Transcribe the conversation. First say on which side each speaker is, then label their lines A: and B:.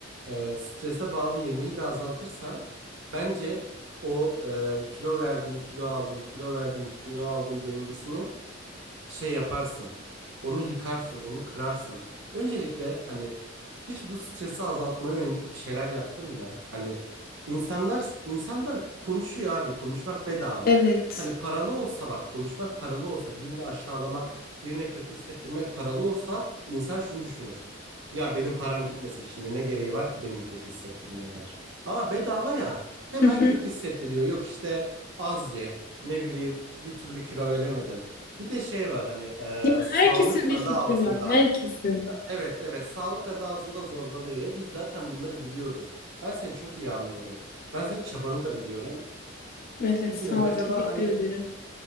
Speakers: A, on the right; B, on the left.
A: e, strese bağlı yemeği de azaltırsan bence o e, kilo verdim, kilo aldım, kilo verdim, kilo aldım dengesini şey yaparsın. Onu yıkarsın, onu kırarsın. Öncelikle hani hiç bu stresi azaltmaya yönelik bir şeyler yaptın mı? Hani insanlar insanlar konuşuyor abi, konuşmak bedava.
B: Evet.
A: Hani paralı olsa bak konuşmak paralı olsa birini aşağılamak, birine kötü hissettirmek paralı olsa insan şunu düşünür. Ya benim param gitmesin şimdi ne gereği var ki birini kötü hissettirmeye der. Ama bedava ya hemen
B: Hı hı.
A: kötü hissettiriyor. Yok işte az ye ne bileyim bir türlü kilo veremedin. Bir de şey var hani
B: Herkesin
A: e, sağlık
B: bir
A: adı
B: fikri
A: altında.
B: var. Herkesin.
A: Ha, Evet evet sağlık adı altında zorbalıyor ya biz zaten bunları biliyoruz. Ben seni çok iyi anlıyorum. Ben senin çabanı da biliyorum.
B: Evet
A: Bilmiyorum
B: sağ
A: acaba
B: ol. Teşekkür
A: hani
B: ederim.